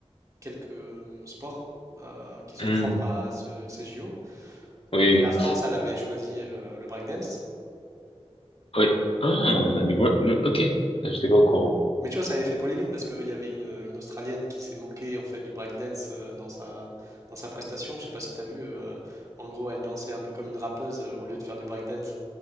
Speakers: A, on the right; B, on the left.
A: quelques sports euh, qui sont
B: Hmm.
A: propres à ce- ces JO.
B: Oui, oui,
A: Et la France, elle avait choisi euh, le breakdance.
B: oui. Ah, le, vo- le, ok, là, j'étais pas au courant.
A: Mais tu vois, ça avait fait polémique parce qu'il y avait une, une Australienne qui s'est moquée en fait du breakdance euh, dans sa, dans sa prestation. Je sais pas si tu as vu, euh, en gros, elle dansait un peu comme une rappeuse euh, au lieu de faire du breakdance.